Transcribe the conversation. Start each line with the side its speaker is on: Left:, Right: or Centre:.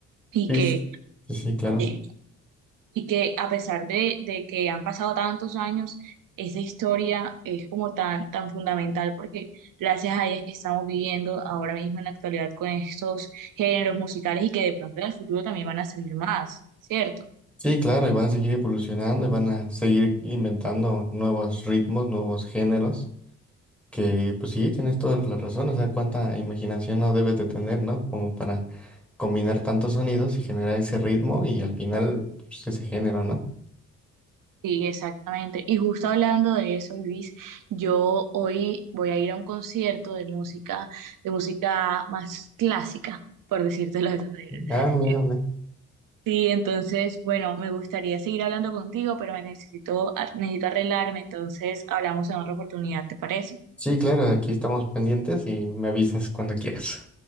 Right: y
Centre: Sí,
Right: que,
Centre: s- sí, sí, claro.
Right: sí, y que a pesar de, de que han pasado tantos años, esa historia es como tan, tan fundamental porque gracias a ella es que estamos viviendo ahora mismo en la actualidad con estos géneros musicales y que de pronto en el futuro también van a salir más, ¿cierto?
Centre: Sí, claro, y van a seguir evolucionando y van a seguir inventando nuevos ritmos, nuevos géneros, que pues sí, tienes toda la razón, o sea, cuánta imaginación no debes de tener, ¿no? Como para combinar tantos sonidos y generar ese ritmo y al final pues, ese género, ¿no?
Right: Sí, exactamente. Y justo hablando de eso, Luis, yo hoy voy a ir a un concierto de música, de música más clásica, por decirte la verdadera.
Centre: Ah, mira,
Right: Eh,
Centre: mira.
Right: Sí, entonces, bueno, me gustaría seguir hablando contigo, pero me necesito, ar- necesito arreglarme, entonces hablamos en otra oportunidad, ¿te parece?
Centre: Sí, claro, aquí estamos pendientes y me avisas cuando quieras.